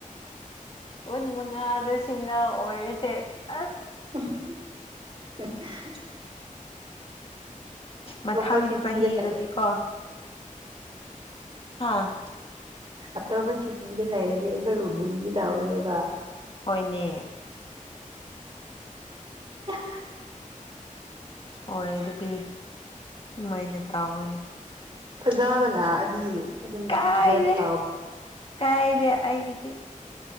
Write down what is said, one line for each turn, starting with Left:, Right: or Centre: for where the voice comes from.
Left: ꯑꯣꯟ ꯃ ꯁꯤꯡꯉ ꯑꯣꯏꯔꯁꯦ ꯑꯁ
Right: <inaudible>
Left: ꯃꯊꯪ
Right: ꯆꯣꯄꯁꯤ ꯀ
Left: ꯆꯍꯤꯗꯗꯤꯀꯣ ꯍꯥꯥ
Right: ꯑꯇꯣꯞꯄ ꯁꯤꯇꯤꯗ ꯂꯩꯔꯗꯤ ꯑꯩꯈꯣꯏꯕꯨ ꯃꯨꯂꯤ ꯇꯧꯒꯅꯦꯕ
Left: ꯍꯣꯏꯅꯦ
Right: <unintelligible>
Left: ꯍꯣꯏ ꯑꯗꯨꯗꯤ ꯑꯗꯨꯃꯥꯏꯅ ꯇꯧꯋꯦ
Right: ꯐꯖꯥꯕꯅ ꯂꯥꯛꯑꯗꯤ ꯑꯗꯨꯝ
Left: ꯀꯥꯏꯗꯦ
Right: ꯔꯦꯞ ꯇꯥꯎꯕ
Left: ꯀꯥꯏꯗꯦ ꯑꯩꯒꯤꯗꯤ